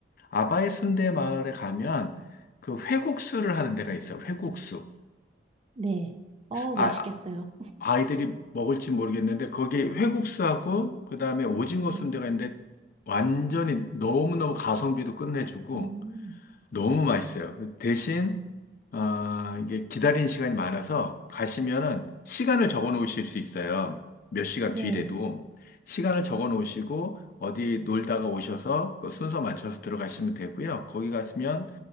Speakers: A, on the left; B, on the right.
A: 아바이 순대마을에 가면 그 회국수를 하는 데가 있어요. 회국수.
B: 네. 어,
A: 아,
B: 맛있겠어요.
A: 아, 아이들이 먹을지 모르겠는데 거기 회국수하고 그 다음에 오징어
B: 네.
A: 순대가 있는데 완전히 너무너무 가성비도 끝내주고
B: 음.
A: 너무 맛있어요. 그 대신 어, 이게 기다리는 시간이 많아서 가시면은 시간을 적어 놓으실 수 있어요. 몇 시간
B: 네.
A: 뒤래도 시간을 적어 놓으시고 어디 놀다가 오셔서 그 순서 맞춰서 들어가시면 되고요. 거기 가시면